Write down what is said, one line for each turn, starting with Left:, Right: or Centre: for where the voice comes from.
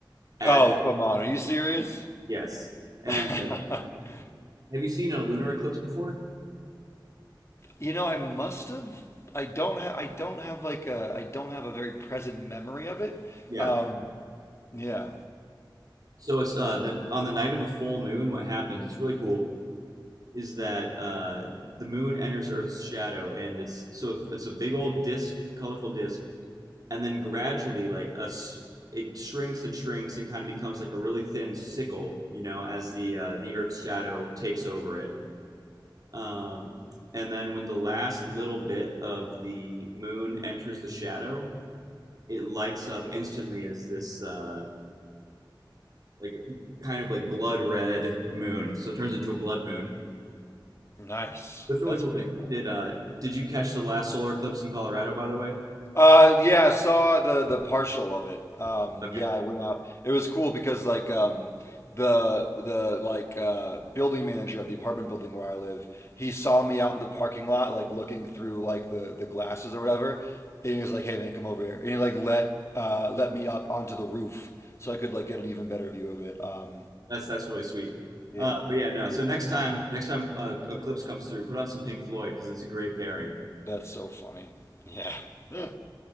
Right: at
Left: Oh, come on. Are you serious?
Right: yes. And
Left: <laughs>
Right: uh, have you seen a lunar eclipse before?
Left: you know, I must have. I don't have. I don't have like a. I don't have a very present memory of it.
Right: Yeah.
Left: Um, yeah,
Right: So it's uh, the, on the night of a full moon. What happens? It's really cool. Is that uh, the moon enters Earth's shadow, and it's so it's a big old disc, colorful disc, and then gradually, like us, it shrinks and shrinks and kind of becomes like a really thin sickle, you know, as the uh, the Earth's shadow takes over it Um, and then when the last little bit of the moon enters the shadow, it lights up instantly as this uh, like kind of like blood red moon. So it turns into a blood moon.
Left: nice.
Right: But it's a really
Left: That's
Right: cool
Left: pretty
Right: thing.
Left: cool.
Right: Did uh did you catch the last solar eclipse in Colorado by the way?
Left: Uh, yeah, I saw the the partial of it. Um,
Right: Okay.
Left: yeah, I went out. It was cool because like um, the the like uh, building manager of the apartment building where I live, he saw me out in the parking lot, like looking through like the the glasses or whatever, and he was like, "Hey man, come over here," and he like let uh, let me up onto the roof so I could like get an even better view of it. Um,
Right: That's that's really sweet.
Left: yeah,
Right: Uh, but yeah, no. So next time next time uh, eclipse comes through, put on some Pink Floyd because it's a great pairing.
Left: that's so funny. Yeah, <laughs>